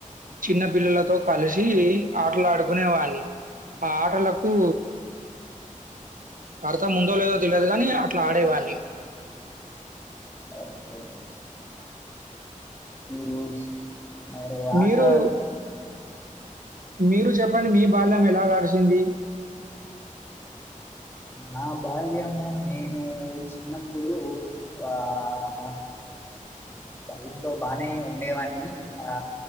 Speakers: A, on the right; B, on the left.
A: చిన్న పిల్లలతో కలిసి ఆటలు ఆడుకునేవన్ని ఆ ఆటలకూ అర్ధం ఉందోలేదో తెలియదు కాని అట్ల ఆడేవాన్ని
B: ఓకే రూమ్స్ మైరు ఆట్ల
A: మీరు మీరు చెప్పండి మీ బాల్యం ఎలా గడిచిందీ
B: నా బాల్యము నేనూ చిన్నప్పుడూ అహ్ ఇంట్లో బానే ఉండేవాని ఆ